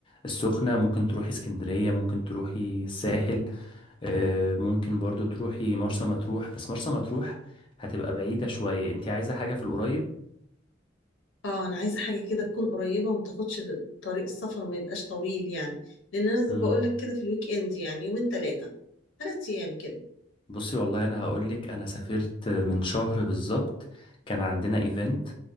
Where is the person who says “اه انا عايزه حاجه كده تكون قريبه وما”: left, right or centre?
Left